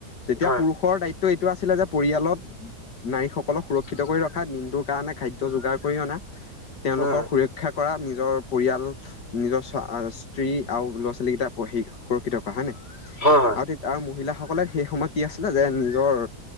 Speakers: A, on the left; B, on the left.
A: তেতিয়া
B: হয়
A: পুৰুষৰ দায়িত্ব এইটো আছিলে যে পৰিয়ালত নাৰীসকলক সুৰক্ষিত কৰি ৰখা দিনটোৰ কাৰণে খাদ্য যোগাৰ কৰি অনা তেওঁলোকৰ
B: উম
A: সুৰক্ষা কৰা নিজৰ পৰিয়াল নিজৰ স্বা স্ত্ৰী আৰু ল'ৰা ছোৱালী কেইটা পঢ়ি সুৰক্ষিত থকা হয় নই
B: হয় হয়
A: আৰু আৰু মহিলাসকলে সেই সময়ত কি আছিলে যে নিজৰ